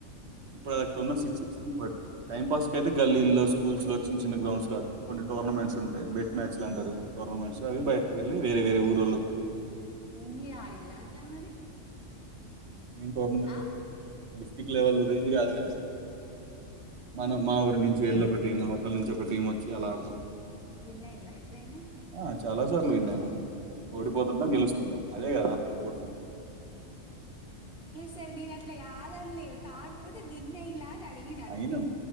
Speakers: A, on the right; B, in the centre.
A: ఇప్పుడు అది అక్కడ ఉన్న సిచువేషన్ బట్టి టైం పాస్ కయితే గల్లీల్లో స్కూల్స్ లో చిన్న చిన్న గ్రౌండ్స్ ఆడతాం కొన్ని టోర్నమెంట్స్ ఉంటాయి బెట్ మ్యాచ్లు అంటారు టోర్మెంట్స్ అవి
B: హ్మ్
A: బయటకి వెళ్ళయి వే వేరే ఊళ్ళతోటి
B: మీరు ఆడిలా అట్లా మరి
A: మెయిన్ టోర్నమెంట్
B: ఆ
A: లో డిస్ట్రిక్ట్ లెవెల్ రేంజ్ కాదు కానీ మనం మా ఊరి నుంచి వెళ్ళ ఒక టీం వద్దల నుంచి ఒక టీం వచ్చి అలా ఆడతాం
B: విన్ఐయిరా ఎప్పుడేనా
A: ఆ చాలా సార్లు విన్నాను ఓడిపోతుంటాం గెలుస్తుంటాం అదే కదా స్ర్ట్స్ అంటే
B: సర నను అట్లా యాదన లేదు కాకపోతే విన్నైలా ఆడిగిన అంతే
A: అయినాం